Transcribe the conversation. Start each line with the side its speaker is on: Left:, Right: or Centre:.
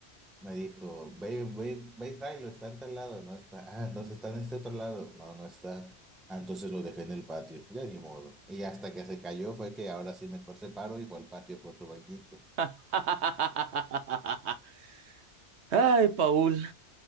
Centre: me dijo, ve, ve, ve y tráelo, está en tal lado, no está. Ah, entonces está en este otro lado. No, no está. Ah, entonces lo dejé en el patio, ya ni modo. Y hasta que se cayó fue que ahora sí mejor se paró y fue al patio por su banquito.
Right: <laughs> Ay, Paul.